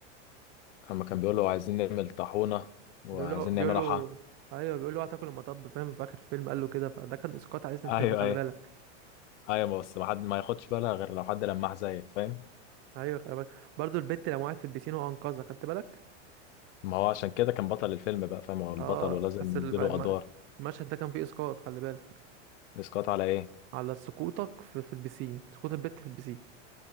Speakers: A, on the left; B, on the right.
A: اما كان بيقول له عايزين نعمل طاحونة وعايزين
B: بيقولوا
A: نعملها
B: بيقولوا
A: حا
B: ايوه بيقولوا هتاكل المطب فاهم في اخر الفيلم قال له كده فده كان اسقاط على اسم
A: <laughs>
B: الفيلم
A: ايوه
B: خلي
A: ايوه
B: بالك
A: ايوه بس ما حد ما ياخدش بالها غير لو حد لمح زيك فاهم
B: ايوه خلي بالك برضه البت لما وقعت في البيسين وانقذها خدت بالك
A: ما هو عشان كده كان بطل الفيلم بقى فاهم هو البطل
B: اه
A: ولازم
B: بس
A: نديله
B: الب- الم...
A: ادوار
B: المشهد ده كان فيه اسقاط خلي بالك
A: اسقاط على ايه
B: على سقوطك في, في البيسين سقوط البت في البيسين